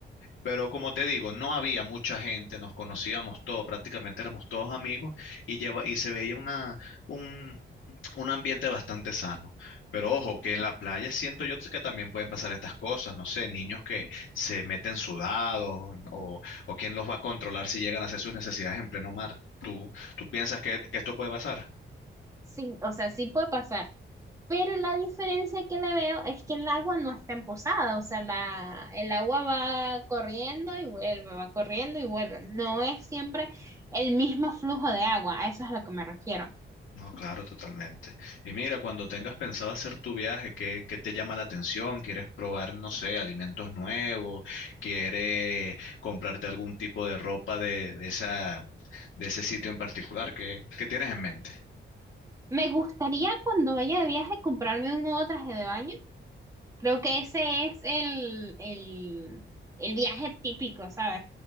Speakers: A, on the left (about 85°); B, on the right (about 15°).
A: Pero como te digo, no había mucha gente, nos conocíamos todos, prácticamente éramos todos amigos y, lleva, y se veía una, un, un ambiente bastante sano. Pero ojo, que en la playa siento yo que también pueden pasar estas cosas, no sé, niños que se meten sudados o, o quién los va a controlar si llegan a hacer sus necesidades en pleno mar. ¿Tú, tú piensas que, que esto puede pasar?
B: Sí, o sea, sí puede pasar. Pero la diferencia que le veo es que el agua no está en o sea, la, el agua va corriendo y vuelve, va corriendo y vuelve. No es siempre el mismo flujo de agua, a eso es a lo que me refiero.
A: No, claro, totalmente. Y mira, cuando tengas pensado hacer tu viaje, ¿qué, qué te llama la atención? ¿Quieres probar, no sé, alimentos nuevos? ¿Quieres comprarte algún tipo de ropa de, de esa, de ese sitio en particular? ¿Qué, qué tienes en mente?
B: Me gustaría cuando vaya de viaje comprarme un nuevo traje de baño Creo que ese es el, el, el viaje típico, ¿sabes?